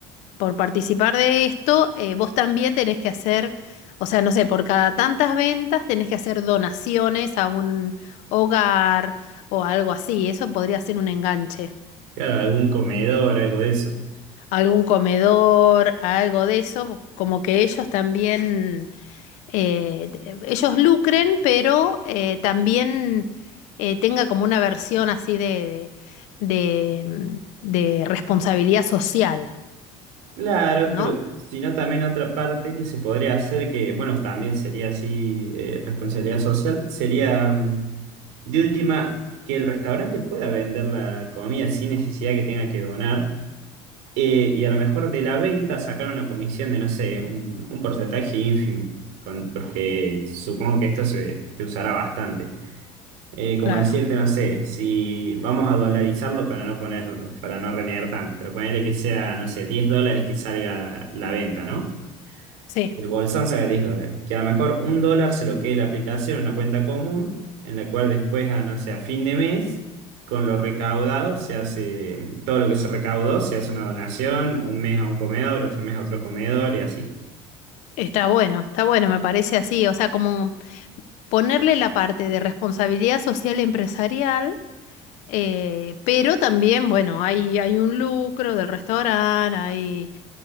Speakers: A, on the left; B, on the right.
A: por participar de esto, eh, vos también tenés que hacer, o sea, no sé, por cada tantas ventas tenés que hacer donaciones a un hogar o algo así, eso podría ser un enganche.
B: claro, algún comedor, algo de eso.
A: algún comedor, algo de eso, como que ellos también, eh, te- ellos lucren, pero eh, también eh, tenga como una versión así de, de, de, mm, de responsabilidad social,
B: Claro,
A: ¿no?
B: pero si no también otra parte que se podría hacer, que bueno, también sería así, eh, responsabilidad social, sería mm, de última que el restaurante pueda vender la comida sin necesidad que tenga que donar, eh, y a lo mejor de la venta sacar una comisión de, no sé, un, un porcentaje ínfimo, con- porque supongo que esto se se usará bastante. Eh, como
A: Claro,
B: decirte, no sé, si vamos a dolarizarlo para no poner, para no renegar tanto, pero ponerle que sea, no sé, 10 dólares que salga la venta, ¿no?
A: sí,
B: El bolsón salga 10 dólares. Que a lo mejor un dólar se lo quede la aplicación en una cuenta común, en la cual después, a, no sé, a fin de mes, con lo recaudado, se hace, todo lo que se recaudó, se hace una donación, un mes a un comedor, otro mes a otro comedor y así.
A: está bueno, está bueno, me parece así, o sea, como ponerle la parte de responsabilidad social empresarial. eh, pero también, bueno, hay, hay un lucro del restaurante, hay,